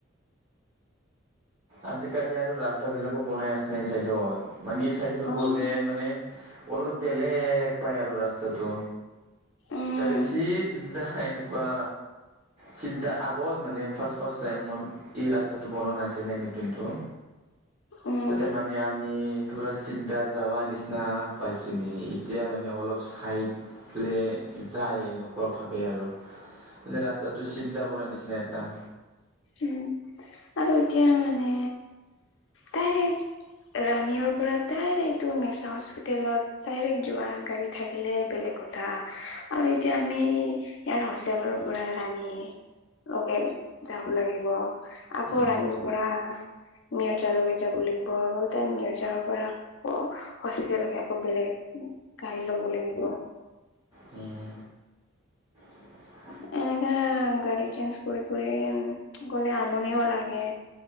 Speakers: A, on the right; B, on the left.
A: আজিকালি আৰু ৰাস্তা বিলাকো বনাই আছে নাই চাইদত। মানীয়ে চাইডত
B: উম
A: গলে মানে অলপ বেলেগ পায় আৰু ৰাস্তাটো
B: উম
A: তাৰ চিত এনেকুৱা চিদ্দা আগত মানে ফাৰ্ষ্ট ফাৰ্ষ্ট টাইম মোৰ এই ৰাস্তাটো বনোৱা নাছিলে এনে- তাতো,
B: উম
A: তাতে মানে আমি পুৰা চিদা যাৱা নিচিনা পাইছিলি, এতিয়া মানে অলপ চাইড প্লে যায় এনে কোৱা ভাবে আৰু, মানে ৰাস্তাটো চিদা বনাই দিছে একদাম।
B: উম আৰু এতিয়া মানে ডাইৰেক ৰাণীৰ পৰা ডাইৰেক্ট এইটো মিৰ্চা হস্পিতেলত ডাইৰেক্ট যোৱা গাড়ী থাকিলে বেলেগ কথা, আৰু এতিয়া আমি ইয়াৰ হোষ্টেলৰ পৰা আনি লগে যাব লাগিব আকৌ
A: উম
B: ৰাণীৰ পৰা মিয়ৰ যাৰলকে যাব লাগিব আৰু তাই মিয়ৰ যাৰ পৰা আকৌ হস্পিতালকে আকৌ বেলেগ গাড়ী লব লাগিব।
A: হুম। <inaudible>
B: এনেকা গাড়ী চেঞ্জ কৰি কৰি গলে আমনিও লাগে।